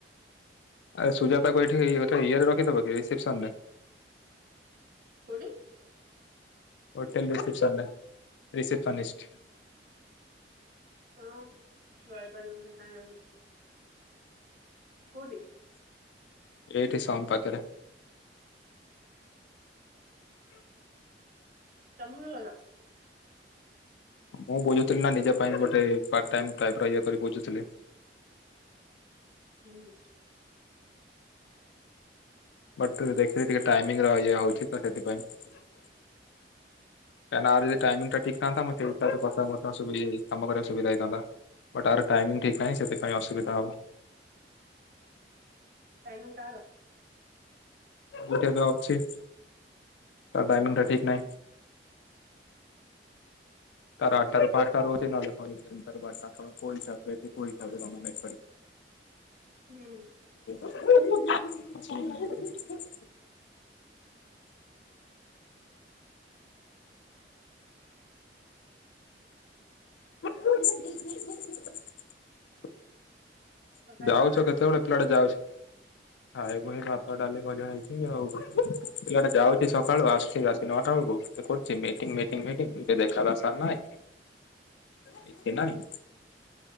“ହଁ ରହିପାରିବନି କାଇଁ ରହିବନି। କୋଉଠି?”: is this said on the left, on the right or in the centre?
Right